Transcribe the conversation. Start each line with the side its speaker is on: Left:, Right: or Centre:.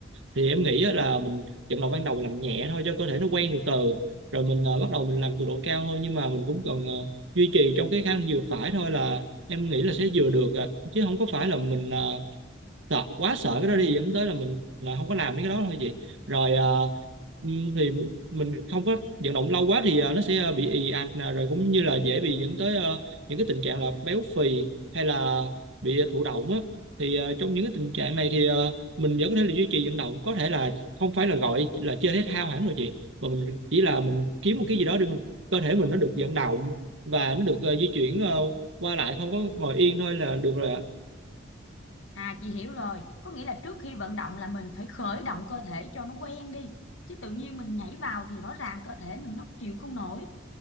Right: thì em nghĩ á là mình trận đầu ban đầu mình làm nhẹ thôi cho cơ thể nó quen từ từ rồi mình ờ, bắt đầu mình làm cường độ cao hơn nhưng mà mình cũng cần ờ, duy trì trong cái khả năng vừa phải thôi là em nghĩ là sẽ vừa được à. chứ không có phải là mình ờ, sợ quá sợ cái đó đi dẫn tới là mình là không có làm mấy cái đó thôi chị rồi à, ừ, thì mình không có vận động lâu quá thì à, nó sẽ à, bị ì ạch nè, rồi cũng như là dễ bị dẫn tới à, những cái tình trạng là béo phì hay là bị à, thụ động á thì à, trong những cái tình trạng này thì à, mình vẫn có thể là duy trì vận động có thể là không phải là gọi là chơi thể thao hẳn rồi chị mà mình chỉ là mình kiếm một cái gì đó để mình cơ thể mình nó được vận động và nó được ờ, di chuyển ờ, qua lại không có ngồi yên thôi là được rồi ạ.
Left: À chị hiểu rồi, có nghĩa là trước khi vận động là mình phải khởi động cơ thể cho nó quen đi. Chứ tự nhiên mình nhảy vào thì rõ ràng cơ thể mình nó chịu không nổi.